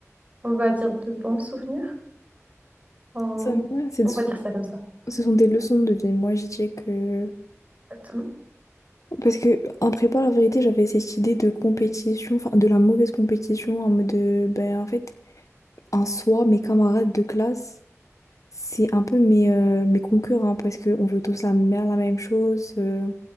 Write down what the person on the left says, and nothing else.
Ça, ouais, c'est-
ce
sont
ce sont des leçons de vie. Moi, je dirais que.
Parce que en prépa, la vérité, j'avais cette idée de compétition, enfin de la mauvaise compétition, en mode de, ben en fait, en soi, mes camarades de classe, c'est un peu mes, euh, mes concurrents, parce qu'on veut tous la, mer- la même chose. euh,